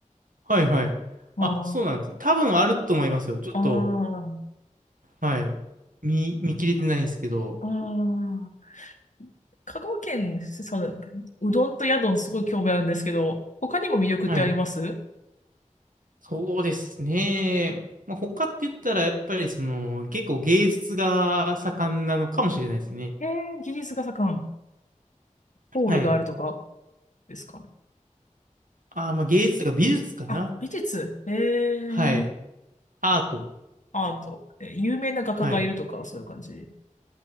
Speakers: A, on the right; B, on the left.
A: はいはい。
B: あ
A: あ、そうなんですね。多分あると思いますよ。ちょっと、
B: あ、あ
A: はい。見、見切れてないんですけど。
B: あ、ああ。香川県、その、うどんとヤドンすごい興味あるんですけど、他にも魅力ってありますはい
A: はい。そうですね。まあ、他って言ったら、やっぱりその、結構芸術が盛んなのかもしれないですね。
B: えー、技術が盛ん、ホールがあるとか
A: はい。
B: ですかね。
A: あー、まあ芸術とか美術かな。
B: あ、美術。ええ
A: はい。アート。
B: アート。え有名な画家がいるとか、
A: はい。
B: そういう感じ。